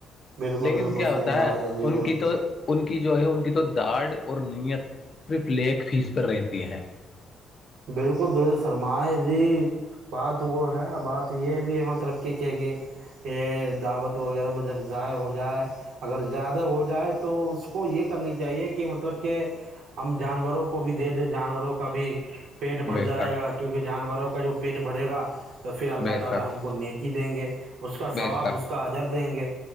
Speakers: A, on the right; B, on the left.
A: بالکل
B: لیکن
A: بالکل
B: کیا
A: صحیح
B: ہوتا
A: بات
B: ہے
A: جی
B: ان
A: بالکل
B: کی تو ان کی جو ہے ان کی تو داڑ اور نیت پرپ لیک فیس پر رہتی ہے
A: بالکل درز فرما جی بات وہ ہے بات یہ بھی ہے مطلب کہ کیا کہ یہ دعوت وغیرہ میں جب ضائع ہو جائے اگر زیادہ ہو جائے تو اس کو یہ کرنی چاہیے کہ مطلب کہ ہم جانوروں کو بھی دے دیں جانوروں کا بھی مر
B: بے
A: جائے
B: شک
A: گا کیونکہ جانوروں کا جو پیٹ بھرے گا تو پھر اللہ
B: بے
A: تعالی
B: شک
A: ہم کو نیکی دیں گے اس کا
B: بے
A: ثواب
B: شک
A: اس کا اجر دیں گے